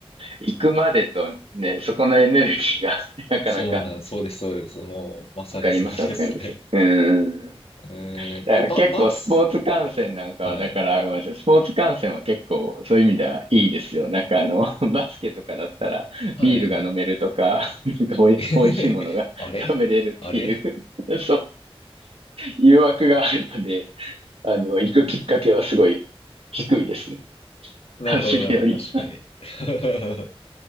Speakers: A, on the right; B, on the left.
A: 行くまでとね、そこのエネルギーが <laughs> なかなか
B: そうなん、そうです、そうです。もう、まさにそうですね。
A: わかります、わかります。うん。
B: えー、
A: だ結構スポーツ観戦なんかは、
B: え、ば、バス。はい。
A: だから、ごめんなさい、スポーツ観戦は結構そういう意味ではいいですよ。なんかあの、<laughs> バスケとかだったらビールが飲めるとか、
B: はいはい
A: <laughs> なんかおい、
B: <laughs>
A: おいしいものが食べれるっていう、
B: あれあれ
A: <laughs> そう、誘惑があるので、あの、行くきっかけはすごい低いですね。
B: なるほど、
A: 走るより。
B: なるほど。確かに。<laughs>